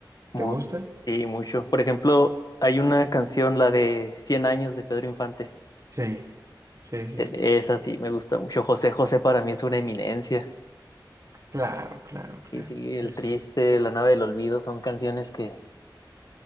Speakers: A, on the left; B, on the right.
A: mo-
B: ¿Te gusta?
A: Sí, mucho. Por ejemplo, hay una canción, la de 100 años de Pedro Infante.
B: Sí, sí, sí,
A: E-
B: sí.
A: Esa sí, me gusta mucho. José José para mí es una eminencia.
B: Claro, claro, claro.
A: Sí, sí, El
B: Es,
A: Triste, La Nave del Olvido son canciones que,